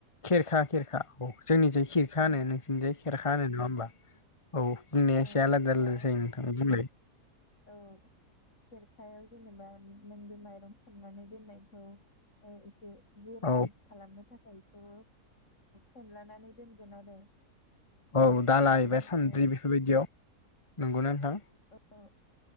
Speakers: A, on the left; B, on the left.
A: खेरखा खेरखा औ जोंनि जाय खिरखा
B: औ
A: होनो नोंसिनिजाय खे खेरखा होनो नङा होमबा औ बुंनाया
B: औ
A: एसे आलादा
B: बेयाव
A: आलादा जायो नोंथां बुंलाय
B: औ खेरखायाव जेनेबा नों बे माइरं सोमनानै दोननायखौ एसे गोरान
A: औ
B: खालामनो थाखाय बेखौ फेनलानानै दोनगोन आरो बिनिफ्राय
A: औ दाला एबा सान्द्रि
B: ओ
A: बेफोरबायदियाव नंगौना नोंथां
B: औ